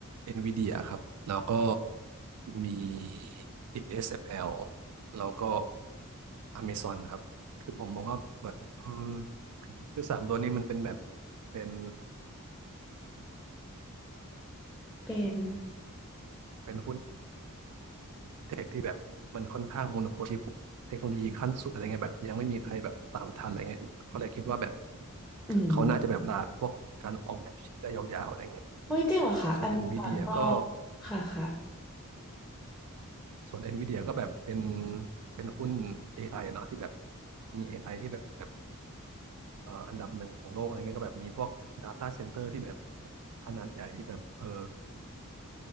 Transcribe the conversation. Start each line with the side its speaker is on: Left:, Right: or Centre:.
Right: NVIDIA ครับแล้วก็มี ASML แอลแล้วก็ Amazon ครับคือผมมองว่าแบบอืมคือสามตัวนี้มันเป็นแบบเป็น
Centre: เป็น
Right: เป็นหุ้นเทคที่แบบมันค่อนข้างโมโนโพลีเทคโนโลยีขั้นสุดอะไรเงี้ยแบบยังไม่มีใครแบบตามทันอะไรเงี้ยก็เลยคิดว่าแบบ
Centre: อืม
Right: เขาน่าจะแบบตลาดพวกการออกแบบชิปได้ยาวๆอะไรเงี้ย
Centre: เฮ้ยจริงเหรอคะอเมซอนก็
Right: ส่วน NVIDIA ก็
Centre: ค่ะค่ะ
Right: ส่วน NVIDIA ก็แบบเป็นเป็นหุ้น AI อไออะเนาะที่แบบมี AI ที่แบบแบบเอ่ออันดับหนึ่งของโลกอะไรเงี้ยก็แบบมีพวก Data Center ที่แบบขนาดใหญ่ที่แบบเออ